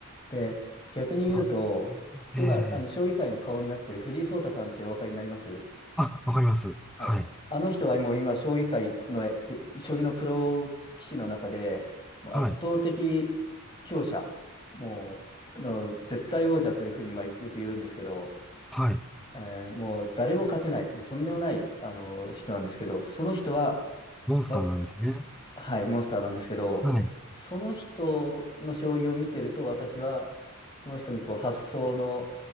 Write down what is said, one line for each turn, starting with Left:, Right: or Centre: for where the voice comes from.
Left: で、逆に言うと、
Centre: あ、わ
Left: 今、
Centre: ええ、
Left: あの、将棋界の顔になってる藤井聡太さんってお分かりになります
Centre: あ、わかります。
Left: はい。
Centre: はい。
Left: あの人はもう今、将棋界の、で将棋のプロ棋士の中で、もう圧倒的強者、
Centre: はい。
Left: もう、あの、絶対王者というふうに、まあ、よく言うんですけど、
Centre: はい。
Left: えーもう誰も勝てない、もうとんでもない、あの、人なんですけど、その人は、
Centre: モンスターなんですね。
Left: わ、はい、モンスターなんですけど、
Centre: はい。
Left: その人の将棋を見てると、私は、その人にこう、発想の